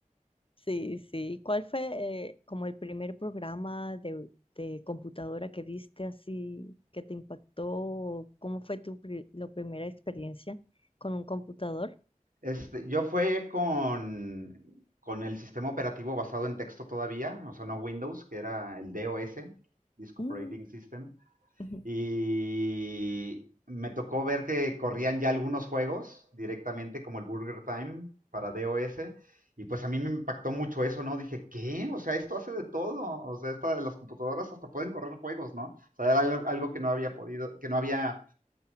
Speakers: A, on the left; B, on the right.
A: Sí, sí. ¿Cuál fue eh, como el primer programa de, de computadora que viste así, que te impactó? ¿Cómo fue tu pri- la primera experiencia con un computador?
B: Este, yo fue con, con el sistema operativo basado en texto todavía, o sea, no Windows, que era el DOS, Disk Operating
A: Mm.
B: System.
A: Ujú.
B: Y me tocó ver que corrían ya algunos juegos directamente, como el Burger Time para DOS. Y pues a mí me impactó mucho eso, ¿no? Dije, ¿qué? O sea, esto hace de todo. O sea, esta, las computadoras hasta pueden correr juegos, ¿no? O sea, era algo, que no había podido, que no había